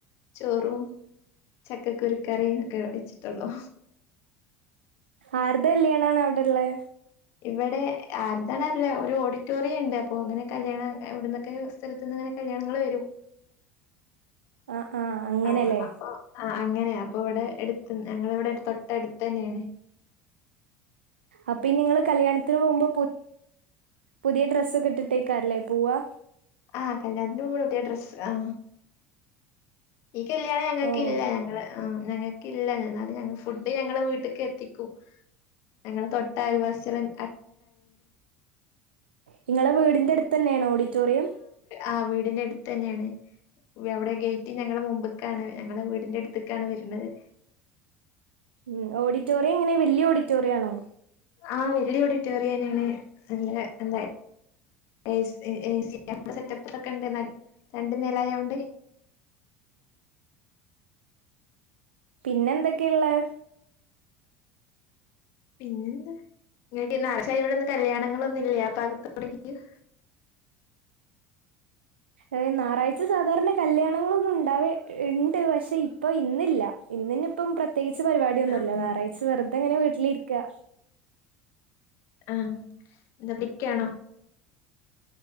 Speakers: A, on the left; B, on the right.
A: ചോറും ചക്കക്കുരു കറി ഒക്കെ വെച്ചിട്ടോളൂ
B: അരുടെ കല്യാണഅവിടെ ഇല്ലേ
A: ഇവിടെ ആരുടെതാന്നറിയില്ല. ഒരു ഓഡിറ്റോറിയണ്ട് പ്പോ കല്യാണം എവിടെന്നെക്കൊ പല സെലത്തിനിങ്ങനെ കല്യാണങ്ങൾ വരും
B: ആഹ് ആഹ് അങ്ങനെല്ലേ
A: ആ അപ്പോ അങ്ങനെ അപ്പോ ഇവിടെ എടുത് ഞങ്ങളെ തൊട്ട എടുത്തെന്നെന്ന്
B: അപ്പ നിങ്ങള് കല്യാണത്തിന് മുമ്പ് പുതിയ ഡ്രെസ്സൊക്കെ ഇട്ട് ട്ടേക്കാരെലെ <unintelligible> പോവാ
A: ആ കല്യാണത്തിന് പുതിയ ഡ്രസ്സ്‌ ആ ഈ കല്യാണം ഞങ്ങക്കില്ല
B: ഓഹ്
A: ഞങ്ങള് ആ ഞങ്ങക്കില്ല ഞന്നാലും ഞങ്ങൾ ഫുഡ് ഞങ്ങളെ വീട്ട്ക്ക് എത്തി ക്കും ഞങ്ങളെ തൊട്ടയൽവാസി ചെലൻ
B: നിങ്ങളെ വീടിന്റട്ത്തെന്നേണോ ഓടി റ്റോറിയം
A: ആ വീടിന്റട് തന്നെണ് അവിടെ ഗേറ്റ് ഞങ്ങടെ മുമ്പ്ക്കാണ് ഞങ്ങടെ വീടിന്റെ അടുത്ത്ക്കാണ് വര്ന്നത്
B: ഉം ഓഡിറ്റോറി യെങ്ങനെ വെല്ല്യ ഓഡിറ്റോറിയാണോ
A: ആ വെല്ല്യ ഓഡിറ്റോറിയനെണ് നല്ലെ അതെ A C A C <unintelligible> setup അതൊക്കെണ്ട് ന രണ്ട് നെലായോണ്ട്
B: പിന്നെന്തെക്കെ ള്ളെ
A: പിന്നെന്താ നിങ്ങക്ക് ഈ ഞായറാഴ്ച യോണ്ട് ഇന്ന് കല്ല്യാണങ്ങളൊന്നുല്ലെ ആ ഭാഗത്ത് യൗടെങ്കിലും
B: ഏയ്‌ ഞായറാഴ്ച സാധാരണ കല്ല്യാണങ്ങളൊന്നും ഉണ്ടാവെ ഇണ്ട് പക്ഷേ ഇപ്പൊ ഇന്നില്ല ഇന്നിനിയിപ്പോ പ്ര ത്യേകിച്ച് പരിവാട്യൊന്നുല്ല
A: ആഹ്
B: ഞായറാഴ്ച വെറ് തെയിങ്ങനെ വീട്ടിലിരിക്ക
A: ആ ദബ്ലിക്കേണോ